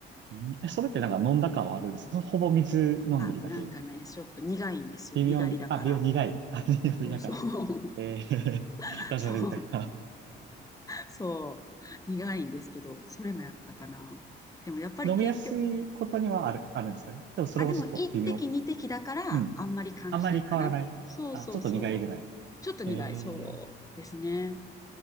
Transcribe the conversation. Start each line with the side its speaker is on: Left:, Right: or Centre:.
Right: うんえ、それってなんか飲んだ感はあるんですかほぼ水飲んでるだけ。
Left: あ、なんかね、ちょっと苦いんですよ、
Right: 微妙に、
Left: 苦りだから。
Right: あ、微妙に苦い。あ、微妙にだから。
Left: そうそう。
Right: え
Left: <laughs>
Right: ー、<laughs> ダジャレみたいな。
Left: そう、そう。苦いんですけど、それもやったかな。でもやっぱり結局、
Right: 飲みやすいことにはある、あるんですかね。でもそれもちょっと微妙。
Left: あ、でも一滴二滴だからあんまり感じないかな。
Right: うん。あんまり変わらない。
Left: そうそうそう。
Right: あ、ちょっと苦いぐらい。
Left: ちょっと苦い、
Right: え
Left: そうですね。